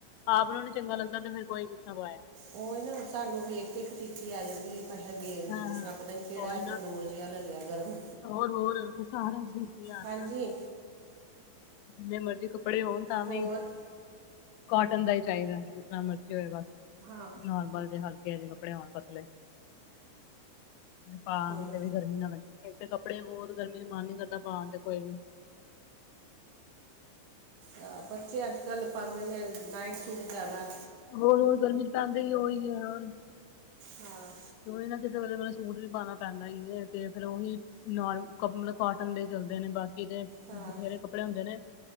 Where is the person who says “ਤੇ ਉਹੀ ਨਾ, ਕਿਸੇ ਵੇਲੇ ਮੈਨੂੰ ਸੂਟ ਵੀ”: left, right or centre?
Left